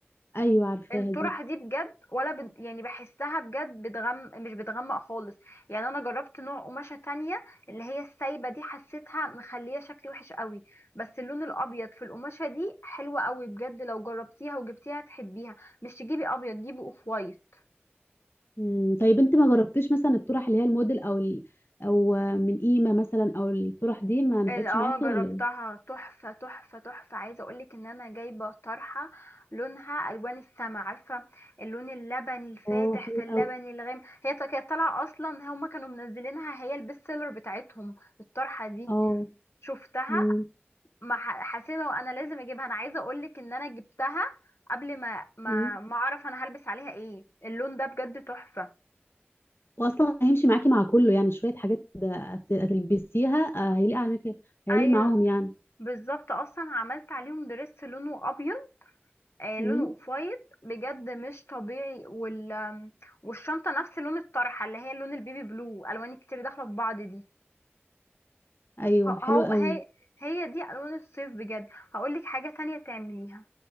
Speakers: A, on the left; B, on the left.
A: ايوه عارفاها
B: الطرح
A: دي
B: دي بجد ولا بد يعني بحسها بجد بتغم مش بتغمق خالص يعني انا جربت نوع قماشة تانية اللي هي السايبة دي حسيتها مخلية شكلي وحش قوي بس اللون الابيض في القماشة دي حلوة قوي بجد لو جربتيها وجبتيها هتحبيها مش تجيبي ابيض جيبي اوف وايت
A: مم. طيب انت ما جربتيش مثلا الطرح اللي هي الموديل او ال... او آه، من قيمه مثلا او الطرح دي ما نفعتش
B: ال- اه
A: معاكي
B: جربتها
A: ولا ايه
B: تحفة تحفة تحفة عايزة اقولك ان انا جايبة طرحة لونها الوان السما عارفة اللون اللبني الفاتح
A: اه حلو
B: في اللبني
A: قوي
B: الغامق هي تا- كانت طالعة اصلا هما كانوا منزلينها هي البيست سيلر بتاعتهم الطرحة دي
A: اه
B: شفتها
A: مم.
B: ما ح- حسيت هو انا لازم اجيبها انا عايزة اقولك ان انا جبتها قبل ما ما
A: مم.
B: ما اعرف انا هلبس عليها ايه اللون ده بجد تحفة
A: واصلا هيمشي معاكي مع كله يعني شويه حاجات هت- هتلبسيها آه، هيليق على مك... هيليق
B: ايوه
A: معاهم يعني
B: بالظبط اصلا عملت عليهم دريس لونه ابيض آه،
A: مم.
B: لونه اوف وايت بجد مش طبيعي وال آم، والشنطه نفس لون الطرحه اللي هي لون البيبي بلو الوان كتير داخله في بعض دي
A: ايوه
B: ه-
A: حلوه
B: هو
A: قوي
B: هي هي دي الوان الصيف بجد هقولك حاجه تانية تعمليها